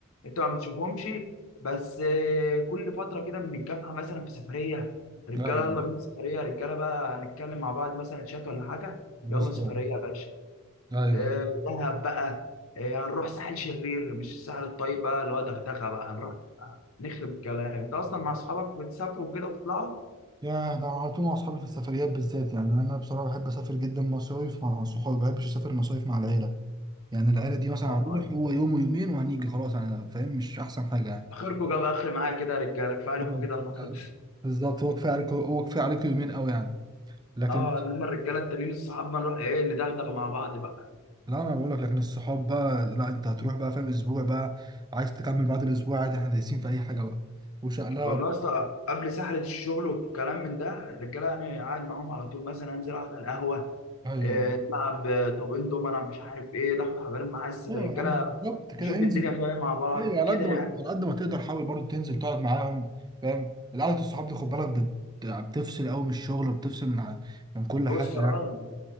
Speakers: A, on the left (about 70°); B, on the right (about 20°).
A: انتوا ما بتشوفهمش بس آه، كل فتره كده بنتجمع مثلا في سفريه رجاله
B: ايوه
A: يلا بينا سفريه رجاله بقى هنتكلم مع بعض مثلا شات ولا حاجه
B: بالظبط
A: يلا سفريه يا باشا
B: ايوه
A: آه، دهب بقى آه، هنروح ساحل شرير مش الساحل الطيب بقى اللي هو دغدغه بقى هنروح نخرب الكلام انت اصلا مع اصحابك بتسافروا كده وتطلعوا
B: يا ده أنا على طول مع اصحابي في السفريات بالذات يعني انا بصراحه بحب اسافر جدا مصايف مع صحابي ما بحبش اسافر مصايف مع العيله يعني العيله دي مثلا
A: اه
B: هنروح هو يوم ويومين وهنيجي خلاص يعني فاهم مش احسن حاجه يعني
A: اخركم جاب اخر معايا كده يا رجاله كفايه عليكم
B: طبعاً.
A: كده النهارده
B: بالظبط هو كفايه عليك هو كفايه عليك يومين قوي يعني
A: <laughs>
B: لكن
A: اه انما الرجاله التانيين الصحاب ما نروح ايه ندغدغ مع بعض بقى
B: لا انا بقول لك لكن الصحاب بقى لا انت هتروح بقى فاهم اسبوع بقى عايز تكمل بعد الاسبوع عادي احنا دايسين في اي حاجه بقى وشقلها
A: والله اصلا قبل سحله الشغل والكلام من ده الرجاله يعني قاعد معاهم على طول مثلا انزل اقعد على القهوه
B: ايوه
A: إيه نلعب آه، طابين دومنا مش عارف ايه ناخد حجرين معاه
B: ايوه
A: الرجاله
B: يا عم بالظبط كده
A: نشوف
B: انزل
A: الدنيا فيها إيه مع بعض
B: ايوه على
A: كده
B: قد ما
A: يعني
B: على قد ما تقدر حاول برضو تنزل تقعد معاهم فاهم القعده الصحاب دي خد بالك بت... بتفصل قوي من الشغل وبتفصل من ع- من كل
A: بص
B: حاجه يعني
A: اه